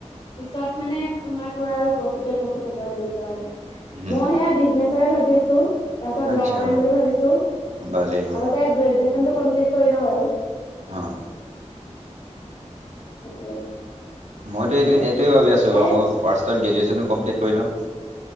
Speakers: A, on the left; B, on the right.
A: পিছত মানে তোমাৰ পুৰা আৰু প্ৰফিতে প্ৰফিট হ'ব তেনেকুৱা আৰু।
B: উম
A: মই সেয়া বিজনেচ। <unintelligible> ভাবি আছো। তাৰপিছত
B: আচ্ছা
A: ল কৰিম বুলি ভাবিছো আগতে
B: ভালেই বাৰু
A: গ্ৰেজুৱ কমপ্লিট কৰি ল বাৰু।
B: অ'।
A: সেইটো আৰু।
B: মইতো এইটো সেই ভাব আছো বাৰ
A: এ
B: মই পাৰ গ্ৰেজেনো কমপ্লিট কৰি ল।